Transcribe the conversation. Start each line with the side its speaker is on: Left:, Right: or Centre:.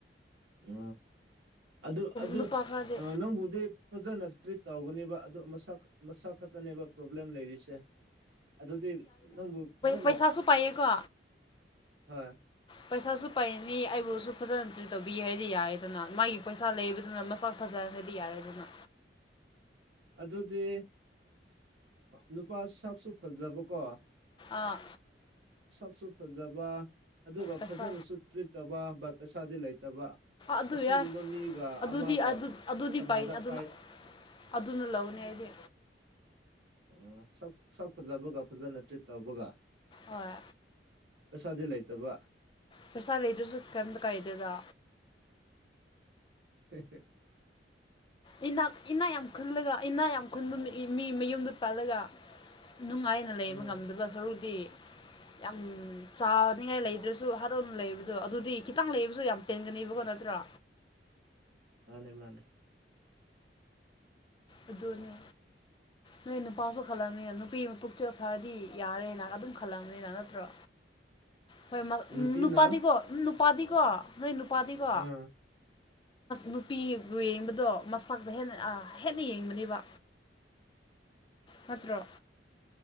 Right: ꯑ ꯑꯗꯨ ꯑꯗꯨ
Left: ꯅꯨꯄꯥ ꯈꯔꯗꯤ
Right: ꯅꯪꯕꯨꯗꯤ ꯐꯖꯅ ꯇ꯭ꯔꯤꯠ ꯇꯧꯒꯅꯦꯕ ꯑꯗꯨ ꯃꯁꯛ ꯃꯁꯛ ꯈꯛꯇꯅꯦꯕ ꯄ꯭ꯔꯣꯕ꯭ꯂꯦꯝ ꯂꯩꯔꯤꯁꯦ ꯑꯗꯨꯗꯤ ꯅꯪꯕꯨ ꯐꯖꯅ
Left: ꯄꯩꯁꯥꯁꯨ ꯄꯥꯏꯌꯦꯀꯣ
Right: ꯍꯣꯏ
Left: ꯄꯩꯁꯥꯁꯨ ꯄꯥꯏꯅꯤ ꯑꯩꯕꯨꯁꯨ ꯐꯖꯅ ꯇ꯭ꯔꯤꯠ ꯇꯧꯕꯤ ꯍꯥꯏꯗꯤ ꯌꯥꯏ ꯑꯗꯨꯅ ꯃꯥꯒꯤ ꯄꯩꯁꯥ ꯂꯩꯕꯗꯨꯅ ꯃꯁꯥꯛ ꯐꯖ ꯄꯁꯗꯤꯌꯥ ꯍꯥꯏꯅ
Right: <inaudible> ꯑꯗꯨꯗꯤ ꯅꯨꯄꯥ ꯁꯛꯁꯨ ꯐꯖꯕꯀꯣ
Left: ꯑꯥ
Right: ꯊ ꯐꯖꯕ ꯑꯗꯨꯒ
Left: ꯄꯩꯁꯥ
Right: ꯐꯖꯅꯁꯨ ꯇ꯭ꯔꯤꯠ ꯇꯧꯕ ꯕꯠ ꯄꯩꯁꯥꯗꯤ ꯂꯩꯇ ꯠꯇꯕ
Left: ꯑꯗꯨ
Right: ꯑꯁꯤꯒꯨꯝꯕ
Left: ꯌꯥꯏ
Right: ꯃꯤꯒ
Left: ꯑꯗꯨꯗꯤ
Right: ꯑꯃꯒ
Left: ꯑꯗꯨꯗꯤ
Right: ꯀꯅꯥꯗ
Left: ꯑꯗꯨꯅ
Right: ꯄꯥꯏ
Left: ꯑꯗꯨꯅ ꯂꯧꯅꯤ ꯑꯩꯗꯤ
Right: ꯎ ꯁꯛ ꯐꯖꯕꯒ ꯐꯖꯅ ꯇ꯭ꯔꯤꯠ ꯇꯧꯕꯒ
Left: ꯑꯣ
Right: ꯄꯁꯥꯗꯤꯦ ꯂꯩꯇꯕ
Left: ꯐꯁꯂꯦꯗꯨꯁꯨ ꯀꯗ ꯀꯥꯏꯗꯗ
Right: ꯎꯝ ꯍꯝ
Left: ꯏꯛ ꯏꯅꯥꯛ ꯌꯥꯝ ꯈꯨꯜꯂꯒ ꯏꯅꯥꯛ ꯌꯥꯝ ꯈꯨꯟꯕ ꯃꯤ ꯃꯌꯨꯝꯗ ꯄꯥꯜꯂꯒ ꯅꯨꯡꯉꯥꯏꯅ ꯂꯩꯕ
Right: ꯎꯝ
Left: ꯉꯝꯗꯕ ꯁꯔꯨꯛꯇꯤ
Right: <inaudible>
Left: ꯌꯥꯝ ꯆꯥꯅꯤꯡꯉꯥꯏ ꯂꯩꯗ꯭ꯔꯁꯨ ꯍꯔꯥꯎꯅ ꯂꯩꯕꯗꯣ ꯑꯗꯨꯗꯤ ꯈꯤꯇꯪ ꯂꯩꯕꯁꯨ ꯌꯥꯝ ꯄꯦꯟꯒꯅꯦꯕꯀꯣ ꯅꯠꯇ꯭ꯔꯣ
Right: <inaudible> ꯃꯥꯅꯦ ꯃꯥꯅꯦ
Left: ꯑꯗꯨꯅꯦ ꯅꯣꯏ ꯅꯨꯄꯥꯁꯨ ꯈꯜꯂꯝꯕꯅꯤꯅ ꯅꯨꯄꯤ ꯃ ꯄꯨꯛꯆꯦꯜ ꯐꯔꯗꯤ ꯌꯥꯔꯦꯅ ꯑꯗꯨꯝ ꯈꯜꯂꯝꯕꯅꯤꯅ ꯅꯠꯇ꯭ꯔꯣ
Right: <unintelligible>
Left: ꯍꯣꯏ ꯎꯝ
Right: ꯅꯨꯄꯤꯅ
Left: ꯅꯨꯄꯥꯗꯤꯀꯣ ꯅꯨꯄꯥꯗꯤꯀꯣ ꯅꯣꯏ ꯅꯨꯄꯥꯗꯤꯀꯣ
Right: ꯑꯥ
Left: ꯅꯨꯄꯤ ꯌꯦꯡꯕꯗꯣ ꯃꯁꯛꯇ ꯍꯦꯟꯅ ꯍꯦꯟꯅ ꯌꯦꯡꯕꯅꯦꯕ ꯍꯥꯠꯇ꯭ꯔꯣ